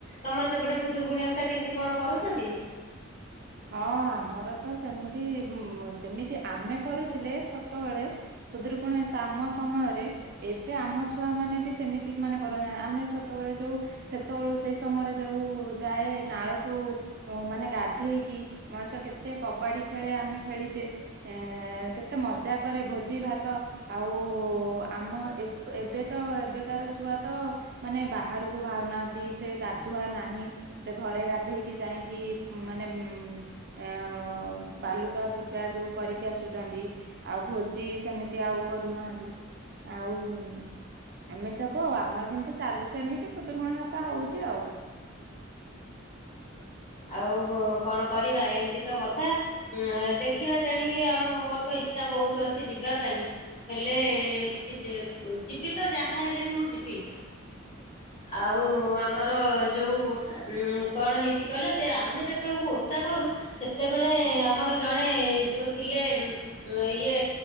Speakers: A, on the left; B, on the right.
A: ତମର ସେପଟେ ଖୁଦୁରୁକୁଣୀ ଓଷା କେମତି କଣ କରୁଛନ୍ତି?
B: ହଁ ଆମର ତ ସେମିତି ଉଁ ଯେମିତି ଆମେ କରୁଥିଲେ ଛୋଟବେଳେ ଖୁଦୁରୁକୁଣୀ ଓଷା ଆମ ସମୟରେ ଏବେ ଆମ ଛୁଆମାନେ ବି ସେମିତି ମାନେ କରୁଣା ଆମେ ଛୋଟବେଳେ ଯୋଉ ସେତେବେଳୁ ସେଇ ସମୟରେ ଯୋଉ ଯାଏ ନାଳକୁ ଉଁ ମାନେ ଗାଧେଇ କି ମଣିଷ କେତେ କବାଡି ଖେଳେ ଆମେ ଖେଳିଚେ। ଏଁ କେତେ ମଜା କରେ ଭୋଜି ଭାତ ଆଉ ଆମ ଏବ୍ ଏବେ ତ ଏବେକାର ଛୁଆ ତ ମାନେ ବାହାରୁକୁ ଭାରୁନାହାନ୍ତି ସେ ଗାଧୁଆ ନାହିଁ। ସେ ଘରେ ଗାଧେଇକି ଯାଇଁକି ଉଁ ମାନେ ହୁଁ ଏ ଓ ବାଲୁକା ପୂଜା ଯୋଉ କରିକି ଆସୁଚନ୍ତି। ଆଉ ଭୋଜି ସେମିତି ଆଉ କରୁନାହାନ୍ତି ଆଉ ଉଁ ଆମେ ସବୁ ଆମର କିନ୍ତୁ ଚାଲୁ ସେମିତି ଖୁଦୁରୁକୁଣୀ ଓଷା ହଉଚି ଆଉ।
A: ଆଉ କଣ କରିବା ଏମତି ତ କଥା। ଉଁ ହାଁ ଦେଖିବା ତେଣିକି ଆମ ମୋର ତ ଇଚ୍ଛା ବୋହୁତୁ ଅଛି ଯିବା ପାଇଁ। ହେଲେ କିଛି ଯିବି ତ ଯାହା ହେଲେ ବି ମୁଁ ଯିବି। ଆଉ ଆମର ଯୋଉ କଣ ହେଇଛି କଇଲେ ସେ ଆମେ ଯେତେବେଳକୁ ଓଷା କରୁ ସେତେବେଳେ
B: ହଁ
A: ଆମର ଜଣେ ଯୋଉ ଥିଲେ ଇଏ